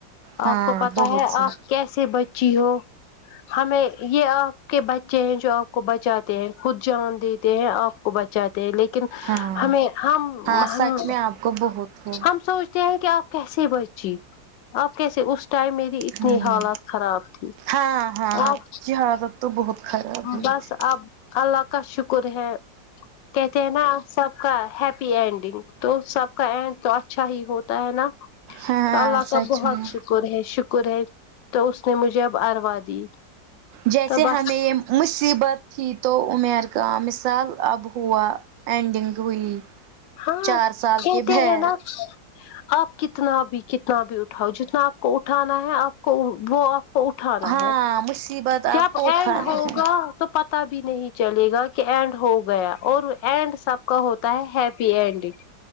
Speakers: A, on the right; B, on the left.
A: ہاں
B: آپ کو پتہ
A: بہت
B: ہے
A: سے
B: آپ کیسے بچی ہو ہمیں یہ آپ کے بچے ہیں جو آپ کو بچاتے ہیں خود جان دیتے ہیں آپ کو بچا تے لیکن
A: ہاں
B: ہمیں ہم
A: ہاں
B: ہم
A: سچ میں آپ کو بہت ہو
B: ہم سوچتے ہیں کہ آپ کیسے بچی آپ کیسے اس ٹائم میری اتنی
A: ہاں
B: حالت خراب تھی
A: ہاں ہاں
B: آپ
A: کی حالت تو بہت خراب ہوئی
B: بس
A: تھی
B: اب اللہ کا شکر ہے کہتے ہیں نا سب کا ہیپی اینڈنگ تو سب کا اینڈ تو اچھا ہی ہوتا ہے نا
A: ہاں
B: اللہ کا
A: سچ
B: بہت
A: میں
B: شکر شکر ہے شکر ہے تو اس نے مجھے اب اروا دی
A: جیسے
B: تو بس
A: ہمیں یہ مصیبت تھی تو عمیر کا مثال اب ہوا اینڈنگ ہوئی
B: ہاں
A: چار سال
B: کہتے
A: کے بھید
B: ہے نا آپ کتنا بھی کتنا بھی اٹھاؤ جتنا آپ کو اٹھانا ہے آپ کو وہ آپ کو اٹھانا
A: ہاں
B: ہے
A: مصیبت آپ
B: جب
A: کو اٹھانا
B: اینڈ ہوگا
A: ہے
B: تو پتا بھی نہیں چلے گا کہ اینڈ ہو گیا اور اینڈ سب کا ہوتا ہے ہیپی انڈنگ